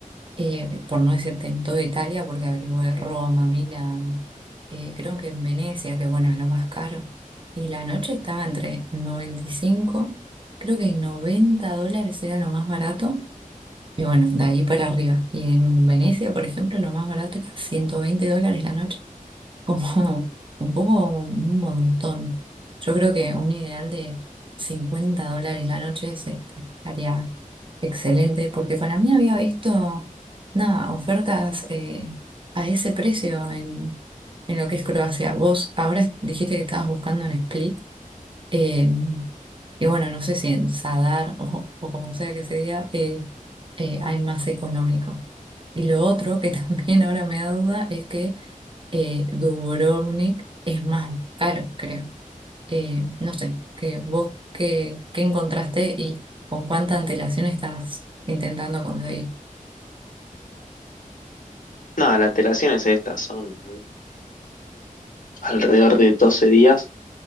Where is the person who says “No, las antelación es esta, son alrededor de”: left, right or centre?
Left